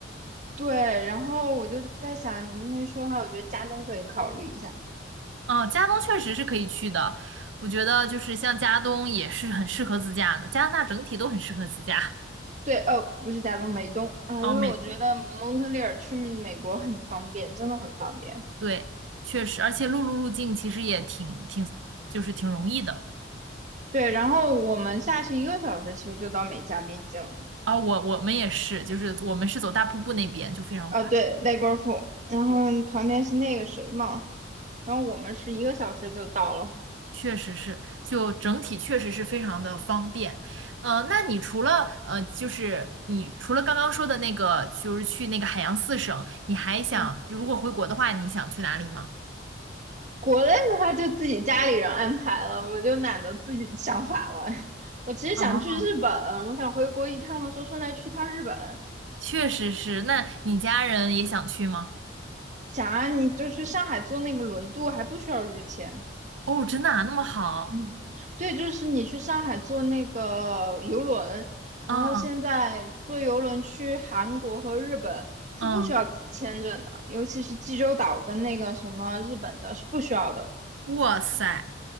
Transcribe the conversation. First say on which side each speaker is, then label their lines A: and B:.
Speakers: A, on the right; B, on the right.
A: 对，然后我就在想，你这么一说的话，我觉得加东可以考虑一下。
B: 哦，加东确实是可以去的，我觉得就是像加东也是很适合自驾的，加拿大整体都很适合自驾。
A: 对，呃，不是加东，美东啊，
B: 哦，
A: 因为我觉得蒙特利尔去美国很方便，
B: 美东。
A: 真的很方便。
B: 对，确实，而且陆路入境其实也挺挺，就是挺容易的。
A: 对，然后我们下去一个小时，其实就到美加边境了。
B: 啊、我我们也是，就是我们是走大瀑布那边就非常快。
A: 啊，对，外国富，然后旁边是那个谁嘛，
B: 对，
A: 然后我们是一个小时就到了。
B: 确实是，就整体确实是非常的方便。呃，那你除了呃，就是你除了刚刚说的那个，就是去那个海洋四省，你还想如果回国的话，
A: 嗯，
B: 你想去哪里吗？
A: 国内的话就自己家里人安排了，我就懒得自己想法了。<laughs> 我其实想去日本，
B: 哦，
A: 我想回国一趟的时候顺带去趟日本。
B: 确实是。那你家人也想去吗？
A: 想啊，你就去上海坐那个轮渡，还不需要日签。
B: 哦，真的啊，那么好。
A: 嗯，对，就是你去上海坐那个游轮，然后现在坐游轮去韩国和日本是不需要签证的，
B: 嗯嗯，
A: 尤其是济州岛跟那个什么日本的是不需要的。
B: 哇塞，